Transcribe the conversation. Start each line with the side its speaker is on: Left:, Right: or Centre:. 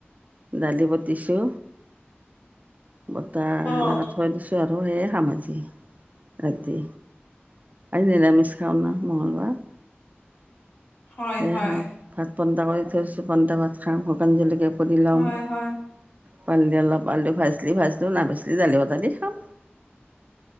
Right: দালি বতিছো বতা
Left: অ'
Right: সেনেকা থৈ দিছো। আৰু সেয়ে খাম আজি ৰাতি। আজি নিৰামিষ খাওঁ ন মঙলবাৰ।
Left: হয়
Right: সেয়ে
Left: হয়
Right: খাম ভাত পন্তা কৰি থৈছো পন্তা ভাত খাম শুকান জলকীয়া পডি ল'ম।
Left: হয় হয়
Right: পানি দি অলপ আলু ভাজলি ভাজলো নাভাজিলো দালি ভাতে দি খাম।